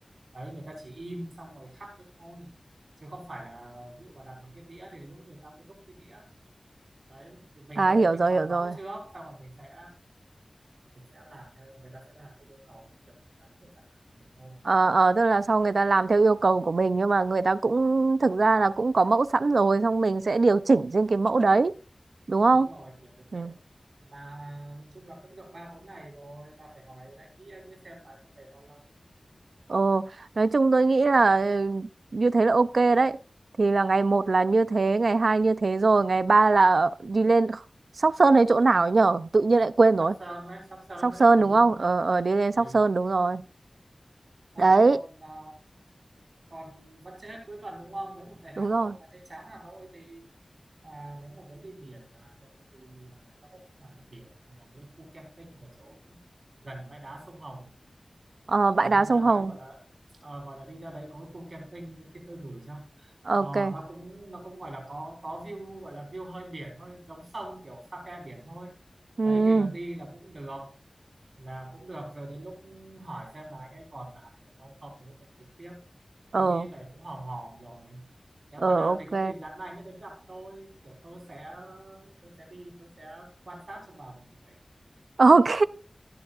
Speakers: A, on the right; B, on the right.
A: đấy người ta chỉ in xong rồi khắc đấy thôi chứ không phải là ví dụ mà đặt một cái đĩa thì lúc người ta mới đúc cái đĩa đấy thì mình
B: à
A: đến
B: hiểu
A: đấy mình
B: rồi
A: chọn
B: hiểu rồi
A: mẫu trước xong rồi mình sẽ mình sẽ làm theo người ta sẽ làm theo yêu cầu những kiểu in ấn về chẳng hạn của mình thôi
B: ờ ờ, tức là sau người ta làm theo yêu cầu của mình nhưng mà người ta cũng thực ra là cũng có mẫu sẵn rồi xong mình sẽ điều chỉnh trên cái mẫu đấy đúng không
A: đúng rồi kiểu như
B: Ừ.
A: thế mà nhìn chung là cũng được ba bốn ngày rồi ta phải hỏi lại kỹ anh ấy xem là anh ấy về bao lâu
B: ờ nói chung tôi nghĩ là ừ, như thế là ok đấy thì là ngày một là như thế ngày hai như thế rồi ngày ba là đi lên Sóc Sơn hay chỗ nào ấy nhở tự nhiên lại quên rồi
A: sắp sơn đấy sắp sơn
B: Sóc
A: đấy
B: Sơn
A: đồi
B: đúng
A: lum
B: không
A: đấy
B: ờ ờ đi lên
A: tùy
B: Sóc Sơn đúng rồi
A: đấy
B: đấy
A: còn à, còn vẫn chưa hết cuối tuần đúng không nếu mà về
B: đúng
A: Hà
B: rồi
A: Nội mà thấy chán Hà Nội thì à, nếu mà muốn đi biển ở Hà Nội thì à, nó cũng không hẳn là biển mà là một cái khu camping ở chỗ gần bãi đá sông Hồng
B: ờ
A: gọi
B: bãi
A: là
B: đá
A: đi ra
B: sông
A: đấy
B: Hồng
A: gọi là ờ, gọi là đi ra đấy có cái khu camping nữa khi tôi gửi cho
B: Ờ,
A: Ờ,
B: ok
A: nó cũng nó cũng gọi là có có view gọi là view hơi biển thôi giống sông kiểu pha ke biển thôi
B: ừ
A: đấy
B: ừ.
A: thì là đi là cũng được là cũng được rồi đến lúc hỏi xem là anh ấy còn ở Hà Nội đâu không rồi mình tính tiếp tôi
B: ờ
A: nghĩ vậy cũng hòm hòm rồi nếu
B: ờ
A: mà được
B: ok
A: thì có gì dặn anh ấy đến gặp tôi kiểu tôi sẽ tôi sẽ đi tôi sẽ quan sát cho bà một buổi
B: <laughs> ok